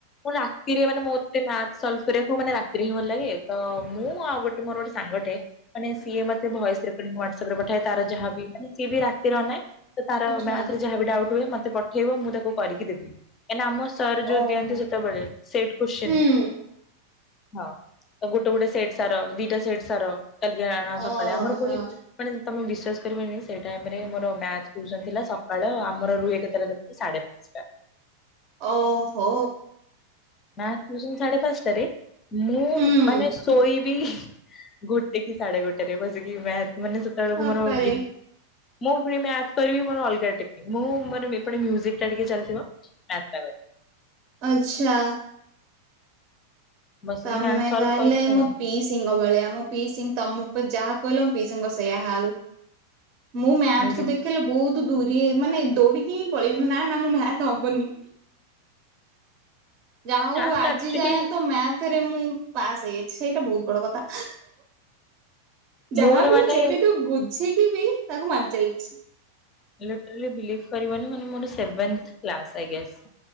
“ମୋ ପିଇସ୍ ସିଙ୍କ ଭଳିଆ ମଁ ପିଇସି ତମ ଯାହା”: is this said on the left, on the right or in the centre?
Right